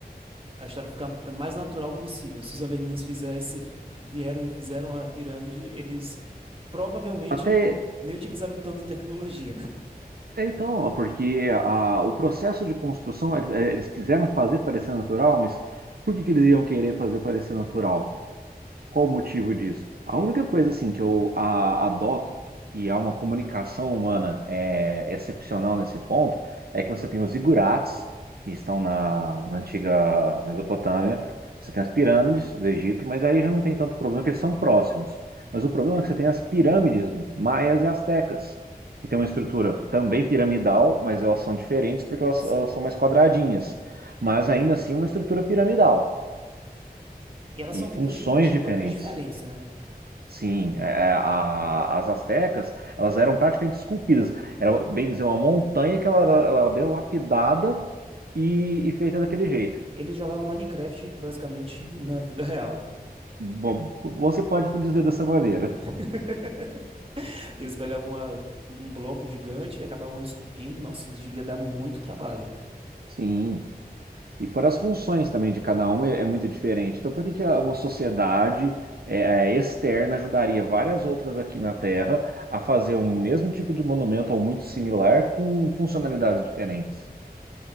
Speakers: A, on the right; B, on the right.
A: a história fica mais natural possível. Se os alienígenas fizessem, vieram e fizeram a pirâmide, eles provavelmente
B: Até,
A: nem utilizaram tanta tecnologia, né?
B: É, então, ó, porque a- o processo de construção, é, é, eles quiseram fazer parecer natural, mas por que que eles iam querer fazer parecer natural? Qual o motivo disso? A única coisa assim que eu a- adoto, que há uma comunicação humana é, excepcional nesse ponto, é que você tem os zigurates, que estão na, na antiga Mesopotâmia, você tem as pirâmides do Egito, mas aí já não tem tanto problema, que eles são próximos. Mas o problema é que você tem as pirâmides maias e astecas, que tem uma estrutura também piramidal, mas elas são diferentes porque elas
A: Sim.
B: elas são mais quadradinhas, mas ainda assim é uma estrutura piramidal
A: E elas
B: e
A: são
B: funções
A: feitas de, de
B: diferentes.
A: maneiras diferentes, né?
B: Sim, é, é, a- as astecas, elas eram praticamente esculpidas. Era, bem dizer, uma montanha que ela, era- ela deu lapidada e, e feita daquele jeito.
A: Eles jogavam Minecraft basicamente <laughs> na vida real.
B: Bo- Você pode dizer dessa maneira.
A: <laughs> Eles pegavam uma- um bloco gigante e acabavam esculpindo. Nossa, devia dar muito trabalho.
B: Sim. E fora as funções também de cada uma, é é muito diferente. Então, por que que a- uma sociedade é, é, externa ajudaria várias outras aqui na Terra a fazer o mesmo tipo de monumento ou muito similar com funcionalidades diferentes?